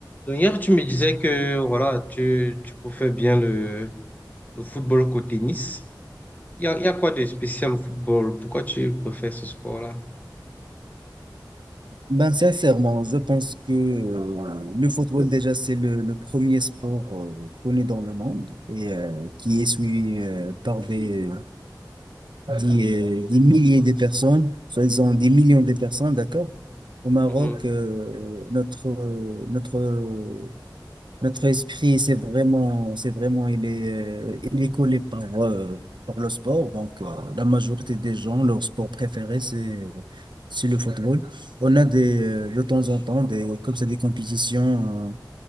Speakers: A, on the left; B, on the right.
A: Donc hier, tu me disais que voilà, tu, tu préfères bien le, le football qu'au tennis. Il y a, il y a quoi de spécial au football? Pourquoi tu préfères ce sport-là?
B: Ben, sincèrement, je pense que euh, le football, déjà, c'est le, le premier sport euh, connu dans le monde et euh, qui est suivi euh, par des, des, euh, des milliers de personnes, soi-disant des millions de personnes, d'accord? Au Maroc,
A: Mhm,
B: euh, notre, euh, notre notre esprit, c'est vraiment, c'est vraiment, il est, euh, il est collé par, euh, par le sport. Donc, euh, la majorité des gens, leur sport préféré, c'est, c'est le football. On a des, euh, de temps en temps, des, comme ça, des compétitions, euh,